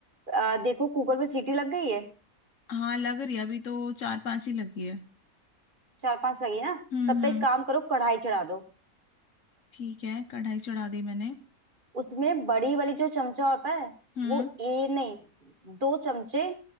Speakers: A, on the right; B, on the left.
A: अ, देखो कुकर में सीटी लग गई है
B: हाँ लग रही है अभी तो चार पांच ही लगी है
A: चार पांच लगी ना
B: हम्म
A: तब
B: हम्म
A: तक एक काम करो कढ़ाई चढ़ा दो
B: ठीक है कढ़ाई चढ़ा दी मैंने
A: उसमें बड़ी वाली जो चमचा होता है
B: हम्म
A: वो ए नहीं दो चमचे